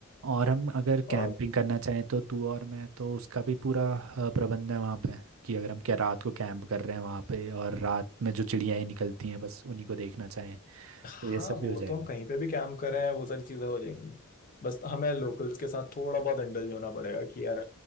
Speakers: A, on the right (about 65°); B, on the left (about 40°).
A: और हम अगर कैंपिंग
B: और
A: करना चाहें तो तू और मैं तो उसका भी पूरा अ, प्रबंध है वहाँ पे कि अगर हम क्या रात को कैंप कर रहे हैं वहाँ पे और रात में जो चिड़िया ही निकलती हैं बस उन्हीं को देखना चाहें तो
B: हाँ
A: ये सब
B: वो
A: भी हो जाएगा
B: तो हम कहीं पे भी कैंप कर रहे हैं वो सारी चीजें हो जाएंगी बस हमें लोकल्स के साथ थोड़ा बहुत इंडल्ज होना पड़ेगा कि यार